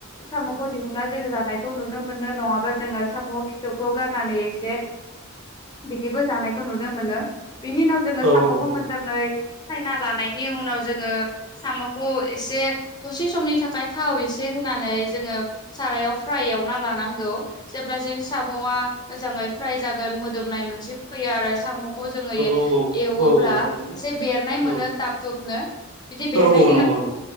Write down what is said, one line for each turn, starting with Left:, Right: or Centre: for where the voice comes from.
Left: साम'खौ दिहुनना जोङो जानायखौ नुनो मोनो नङाबा जोङो साम' खिथुखौ गाननानै एसे बिदिबो जानायखौ नुदों मोनो बिनि उनाव जोङो
Right: औ
Left: साम'खौ
Right: औ
Left: मोजाङै सायना लानायनि उनाव जोङो साम'खौ एसे दसे समनि थाखाय थाव एसे से होनानै जोङो सारायाव फ्राय एवना लानांगौ, जेब्ला जों साम'आ मोजां फ्राय जागोन मोदोमनाय मोनसे फैयो आरो साम'खौ जोङो
Right: औ
Left: एवोब्ला
Right: औ औ थारैनो
Left: एसे बेरनाय
Right: औ
Left: मोनो ताब थुुबनो बिदि
Right: औ
Left: बेनाय
Right: औ नंगौ नंगौ